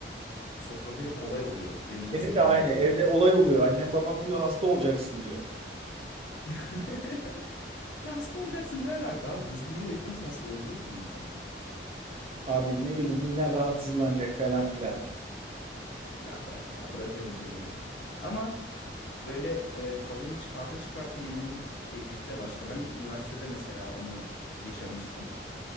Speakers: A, on the left; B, on the right.
A: Sofrada hep olay oluyordu. Benim hızlı
B: Benim de
A: yemek
B: aynı. Evde
A: iyi olur.
B: olay oluyor. Annem babam diyor hasta olacaksın diyor.
A: <laughs> Ya hasta olacaksın ne alaka abi? Hızlı yiyerek nasıl hasta olabilir ki bir insan?
B: Abi ne bileyim miden rahatsızlanacak falan filan.
A: Ya bırak ya bırak öyle şeyleri. Ama böyle e, tadını çıkarta çıkarta yemenin keyfi de başka. Ben ilk üniversitede mesela onu yaşamıştım.